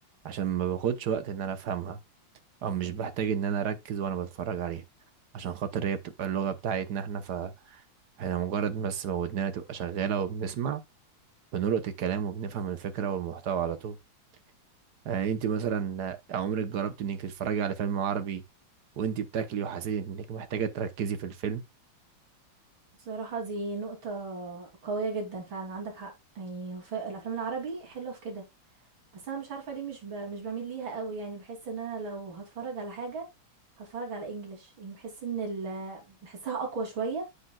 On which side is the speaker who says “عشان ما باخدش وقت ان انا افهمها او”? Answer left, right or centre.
Right